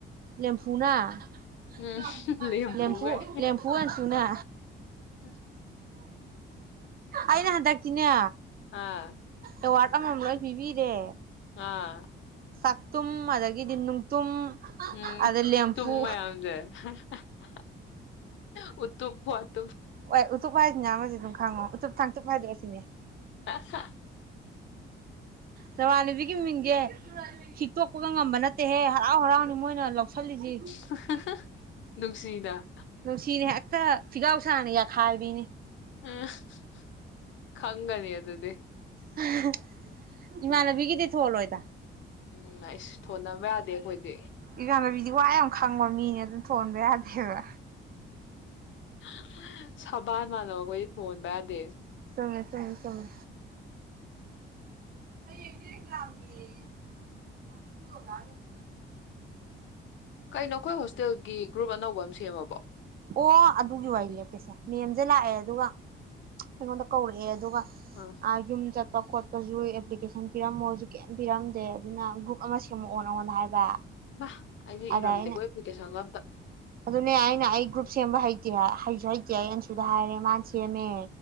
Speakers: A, on the right; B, on the left.
A: ꯂꯦꯝꯐꯨꯅ
B: ꯎꯝ
A: <unintelligible>
B: ꯂꯦꯝꯐꯨꯒꯥꯏ
A: ꯂꯦꯝꯐꯨ ꯂꯦꯝꯐꯨ ꯑꯦꯟꯁꯨꯅ
B: <unintelligible>
A: ꯑꯩꯅ ꯍꯟꯗꯛꯇꯤꯅꯦ
B: ꯑꯥ
A: ꯑꯦꯋꯥꯔꯗ ꯑꯃꯃꯝ ꯂꯣꯏ ꯄꯤꯕꯤꯔꯦ
B: ꯑꯥ
A: ꯆꯥꯛꯇꯨꯝ ꯑꯗꯒꯤꯗꯤ ꯅꯨꯡꯇꯨꯝ
B: ꯎꯝ
A: ꯑꯗ ꯂꯦꯝꯐꯨ
B: <unintelligible> <unintelligible> ꯎꯇꯨꯞ ꯋꯥꯇ__
A: ꯑꯣꯏ ꯎꯇꯨꯞ ꯍꯥꯏꯁꯤꯅ ꯑꯃꯖꯤ ꯑꯗꯨꯝ ꯈꯪꯉꯣ ꯎꯇꯨꯞ ꯊꯥꯡꯆꯨꯞ ꯍꯥꯏꯗꯨꯅ ꯁꯤꯅꯦ
B: ꯑꯦꯁꯥ
A: ꯅꯃꯥꯟꯅꯕꯤꯒꯤ ꯃꯤꯡꯁꯦ ꯍꯤꯛꯇꯣꯛꯄꯒ ꯉꯝꯕ ꯅꯠꯇꯦꯍꯦ ꯍꯔꯥꯎ ꯍꯔꯥꯎꯅꯤ ꯃꯣꯏꯅ ꯂꯧ__ ꯁꯜꯂꯤꯖꯤ
B: <unintelligible> ꯅꯨꯡꯁꯤꯅ
A: ꯅꯨꯡꯁꯤꯅ ꯍꯦꯛꯇ ꯐꯤꯒꯥꯎ ꯁꯥꯅ ꯌꯥꯈꯥꯏꯕꯤꯅꯤ
B: ꯑ <unintelligible> ꯈꯪꯉꯅꯤ ꯑꯗꯨꯗꯤ
A: <unintelligible> ꯏꯃꯥꯟꯅꯕꯤꯒꯤꯗꯤ ꯊꯣꯜꯂꯣꯏꯗ
B: ꯎꯝ ꯑꯩꯏꯁ ꯊꯣꯟꯅꯕ ꯌꯥꯗꯦ ꯑꯩꯈꯣꯏꯗꯤ
A: ꯏꯃꯥꯟꯅꯕꯤꯗꯤ ꯋꯥ ꯌꯥꯝ ꯈꯪꯕ ꯃꯤꯅꯦ ꯑꯗꯨꯅ ꯊꯣꯟꯕ ꯌꯥꯗꯦꯕ
B: <unintelligible> ꯁꯕꯥꯟ ꯃꯥꯟꯅꯕ ꯑꯩꯈꯣꯏꯗꯤ ꯊꯣꯟꯕ ꯌꯥꯗꯦ
A: ꯆꯪꯉꯦ ꯆꯪꯉꯦ ꯆꯨꯝꯃꯦ ꯍꯌꯦꯡꯖꯦ ꯑꯦꯛꯖꯥꯝꯅꯦꯌꯦ <unintelligible> ꯑꯣꯖꯥꯖꯤꯡꯖꯦ
B: ꯀꯩꯅꯣ ꯑꯩꯈꯣꯏ ꯍꯣꯁꯇꯦꯜꯒꯤ ꯒ꯭ꯔꯨꯞ ꯑꯅꯧꯕ ꯑꯃ ꯁꯦꯝꯃꯕꯣ
A: ꯑꯣ ꯑꯗꯨꯒꯤ ꯋꯥꯔꯤ ꯂꯤꯔꯛꯀꯦꯁꯦ ꯃꯦꯝꯖꯦ ꯂꯥꯛꯑꯦ ꯑꯗꯨꯒ ꯑꯩꯉꯣꯟꯗ ꯀꯧꯔꯛꯑꯦ ꯑꯗꯨꯒ
B: ꯑ
A: ꯑꯥ ꯌꯨꯝ ꯆꯠꯄ ꯈꯣꯠꯄꯁꯨ ꯑꯦꯄ꯭ꯂꯤꯀꯦꯁꯟ ꯄꯤꯔꯝꯃꯣꯁꯨ ꯀꯦꯝ ꯄꯤꯔꯝꯗꯦ ꯑꯗꯨꯅ ꯒ꯭ꯔꯨꯞ ꯑꯃ ꯁꯦꯝ__ ꯁꯦꯝꯃꯛꯑꯣ ꯅꯉꯣꯟꯗ ꯍꯥꯏꯕ
B: ꯃꯥ ꯑꯩꯗꯤ
A: ꯑꯗ
B: ꯏꯔꯝꯗꯦꯀꯣ
A: ꯑꯩꯅ
B: ꯑꯦꯄ꯭ꯂꯤꯀꯦꯁꯟꯒ ꯑꯝꯇ
A: ꯑꯗꯨꯅꯦ ꯑꯩꯅ ꯑꯩ ꯒ꯭ꯔꯨꯞ ꯁꯦꯝꯕ ꯍꯩꯇꯦ ꯍꯥꯏ ꯍꯩꯁꯨ ꯍꯩꯇꯦ ꯑꯩ ꯑꯟꯁꯨꯗ ꯍꯥꯏꯔꯦ ꯃꯥꯅ ꯁꯦꯝꯃꯦ